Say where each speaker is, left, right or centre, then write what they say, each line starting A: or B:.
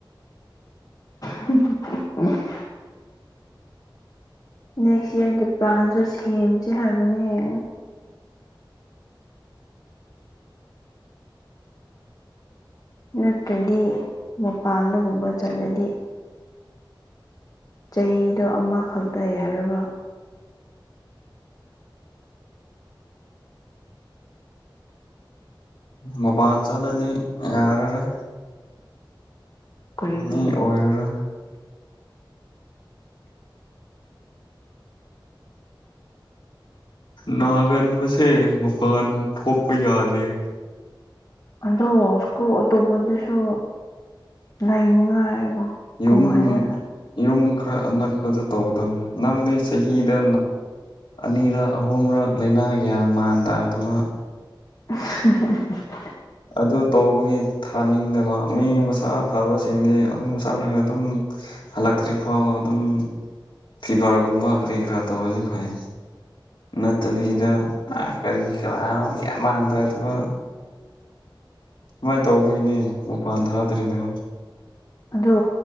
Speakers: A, on the left (about 45°); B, on the left (about 70°).
A: ꯍꯤ ꯍꯤ ꯍꯤꯑꯛ ꯅꯦꯛꯁ ꯏꯌꯥꯔꯒꯤ ꯄ꯭ꯂꯥꯟꯁꯨ ꯁꯦꯝꯁꯦ ꯍꯥꯏꯕꯅꯦ ꯅꯠꯇ꯭ꯔꯗꯤ ꯃꯄꯥꯟꯗꯒꯨꯝꯕ ꯆꯠꯂꯗꯤ ꯆꯍꯤꯗꯣ ꯑꯃꯈꯛꯇ ꯌꯥꯔꯕ
B: ꯃꯄꯥꯟ ꯆꯠꯂꯗꯤ ꯌꯥꯔꯔꯣꯏ
A: ꯀꯔꯤꯒꯤ
B: ꯃꯤ ꯑꯣꯏꯔꯔꯣꯏ ꯅꯥꯒꯟꯕꯁꯦ ꯃꯄꯥꯟ ꯊꯣꯛꯄ ꯌꯥꯗꯔꯦ
A: ꯑꯗꯣ ꯁꯀꯨꯜ ꯑꯇꯣꯞꯄꯗꯁꯨ ꯂꯩꯅꯤꯡꯉꯥꯏ
B: ꯌꯨꯝ
A: ꯀꯃꯥꯏꯅ
B: ꯌꯨꯝ ꯈꯔ ꯑꯅꯛꯄꯗ ꯇꯧꯒꯗꯕꯅꯤ ꯅꯪꯗꯤ ꯆꯍꯤꯗ ꯑꯅꯤꯔꯛ ꯑꯍꯨꯝꯔꯛ ꯂꯥꯏꯅꯥ ꯒ꯭ꯌꯥꯟ ꯃꯥꯟ ꯇꯥꯗꯕ
A: ꯑꯍꯥꯍꯥꯍꯥ
B: ꯑꯗꯨ ꯇꯧꯕꯒꯤ ꯊꯥꯅꯤꯡꯗꯕ ꯃꯤ ꯃꯁꯥ ꯐꯕꯁꯤꯡꯗꯤ ꯑꯗꯨꯝ ꯆꯥꯂꯒ ꯑꯗꯨꯝ ꯍꯜꯂꯛꯇ꯭ꯔꯤ ꯐꯥꯎ ꯑꯗꯨꯝ ꯐꯤꯚꯔꯒꯨꯝꯕ ꯀꯔꯤ ꯀꯔꯥ ꯇꯧꯔꯗꯤ ꯐꯩ ꯅꯠꯇꯕꯤꯗ ꯀꯔꯤ ꯀꯔꯥꯅꯣ ꯒ꯭ꯌꯥꯟꯃꯥꯟ ꯇꯥꯗꯕ ꯁꯨꯃꯥꯏꯅ ꯇꯧꯕꯒꯤꯅꯦ ꯑꯣꯄꯥꯟ ꯊꯥꯗ꯭ꯔꯤꯗꯣ
A: ꯑꯗꯣ